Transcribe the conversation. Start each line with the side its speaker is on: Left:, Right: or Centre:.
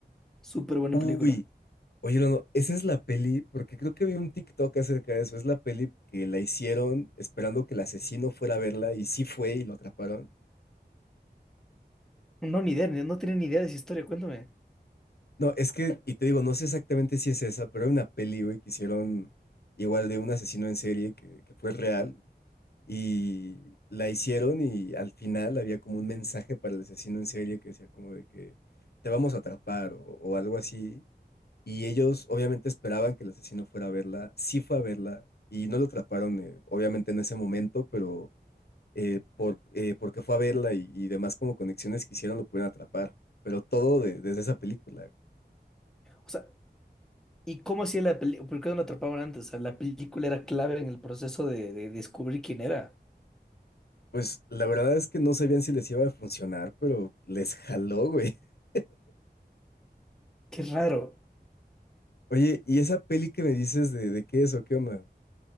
Centre: súper buena
Left: Uy,
Centre: película.
Left: oye, hermano, esa es la peli, porque creo que vi un TikTok acerca de eso. Es la peli que la hicieron esperando que el asesino fuera a verla y sí fue y lo atraparon.
Centre: No, ni idea, ni- no tiene ni idea de esa historia, cuéntame.
Left: No, es que, y te digo, no sé exactamente si es esa, pero hay una peli, güey, que hicieron igual de un asesino en serie que, que fue real Y la hicieron y al final había como un mensaje para el asesino en serie que decía como de que te vamos a atrapar o, o algo así. Y ellos obviamente esperaban que el asesino fuera a verla, sí fue a verla y no lo atraparon eh, obviamente en ese momento, pero eh, por, eh, porque fue a verla y, y demás como conexiones que hicieron lo pudieron atrapar. Pero todo de- desde esa película.
Centre: O sea, ¿Y cómo hacía la película? ¿Por qué no lo atrapaban antes? O sea, la película era clave en el proceso de, de descubrir quién era.
Left: Pues la verdad es que no sabían si les iba a funcionar, pero les jaló, güey. <laughs>
Centre: Qué raro.
Left: Oye, ¿y esa peli que me dices de, de qué es o qué onda?